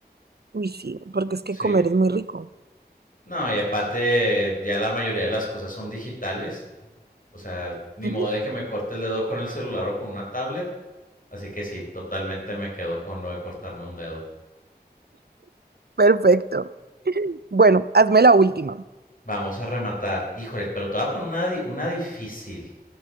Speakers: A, on the right; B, on the left.
A: Uy, sí, porque es que
B: Sí.
A: comer es muy rico.
B: No, y aparte, ya la mayoría de las cosas son digitales. O sea, ni
A: Ujú,
B: modo de que me corte el dedo con el celular o con una tablet. Así que sí, totalmente me quedo con lo de cortarme un dedo.
A: <laughs> Perfecto. Bueno, hazme la última.
B: Vamos a rematar. Híjole, pero te voy a poner una, una difícil.